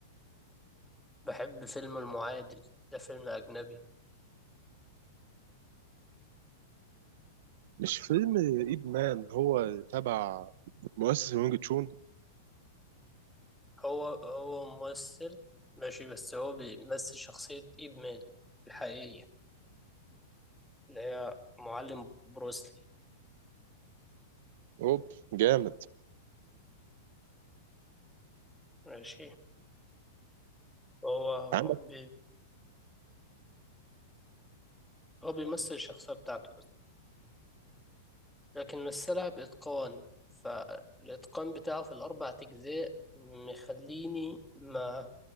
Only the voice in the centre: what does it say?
بحب فيلم المعادل ده فيلم أجنبي
هو هو ممثل ماشي بس هو بيمثل شخصية إيب مان الحقيقية اللي هي معلم بروسلي
ماشي هو
م- بي هو بيمثل الشخصية بتاعته بس لكن مثلها بإتقان فالإتقان بتاعه في الأربع أجزاء مخليني ما